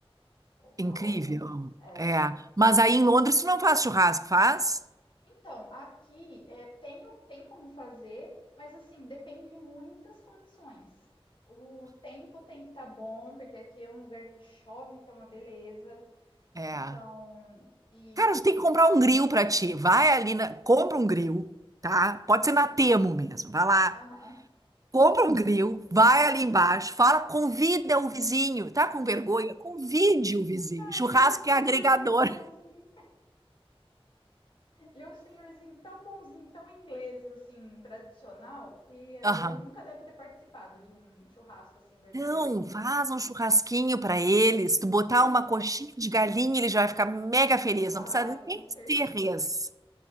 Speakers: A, on the left (about 55°); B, on the right (about 35°).
A: opa,
B: Incrível.
A: opa. É.
B: É. Mas aí em Londres tu não faz churrasco, faz?
A: Então, aqui é, tem, o- tem como fazer, mas assim, depende de muitas condições. O tempo tem que estar bom, porque aqui é um lugar que chove, que é uma beleza.
B: É.
A: Então, e.
B: Cara, tu tem que comprar um grill pra ti. Vai ali na... compra um grill, tá? Pode ser na Temo mesmo. Vai lá,
A: Aham. <laughs>
B: Compra um grill, vai ali embaixo, fala, convida o vizinho. Tá com vergonha? Convide o vizinho.
A: Ai,
B: Churrasco
A: ele é um senhorzinho
B: é agregador.
A: tão bonzinho. Ele é um senhorzinho tão bonzinho, tão inglês, assim, tradicional, que ele
B: Aham.
A: nunca deve ter participado de um churrasco, assim, verdadeiro.
B: Então, faz um churrasquinho pra eles. Tu botar uma coxinha de galinha, ele já vai ficar mega feliz.
A: Vai,
B: Não precisa
A: com
B: nem
A: certeza.
B: ser res.